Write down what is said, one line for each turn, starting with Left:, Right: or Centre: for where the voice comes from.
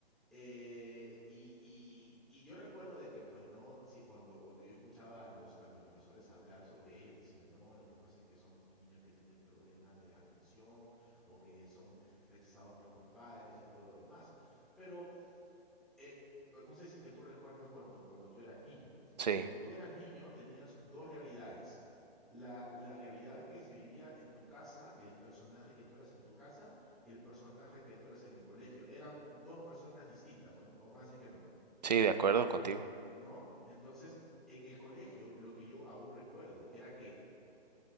Centre: Eh, y, y- y yo recuerdo de que, pues, no, si- cuando, cuando yo escuchaba a los, a los profesores hablar sobre ellos, decían, no, lo que pasa es que son niños que tienen problemas de atención o que son rechazados por los padres y todo lo demás. Pero eh, no sé si es que tú recuerdas cuando, cuando tú eras niño.
Right: Sí,
Centre: Cuando tú eras niño tenías dos realidades. La, la realidad que se vivía en tu casa y el personaje que tú eras en tu casa y el personaje que tú eras en el colegio. Eran dos personas distintas, o, o más y que no,
Right: sí, de acuerdo contigo.
Centre: ¿no? Entonces, en el colegio, lo que yo aún recuerdo era que